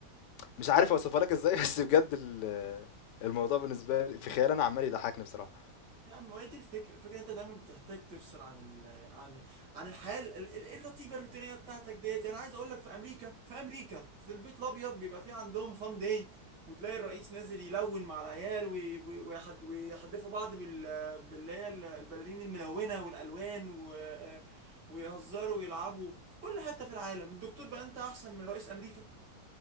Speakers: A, on the left; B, on the right.
A: مش عارف اوصفها لك ازاي <laughs> بس بجد ال- الموضوع بالنسبه لي في خيالي انا عمال يضحكني بصراحه
B: يا عم ما هي دي الفكرة الفكرة إن انت دايما بتحتاج تفصل عن ال عن عن الحياة ال- ال- الرتيبة الروتينية بتاعتك ديت يعني عايز اقول لك في امريكا في امريكا في البيت الابيض بيبقى في عندهم فان داي وتلاقي الرئيس نازل يلون مع العيال وي- وي- ويحد- ويحدفوا بعض بال باللي هي ال- البلالين الملونة والالوان و- آه، ويهزروا ويلعبوا في كل حتة في العالم الدكتور بقى انت احسن من رئيس امريكا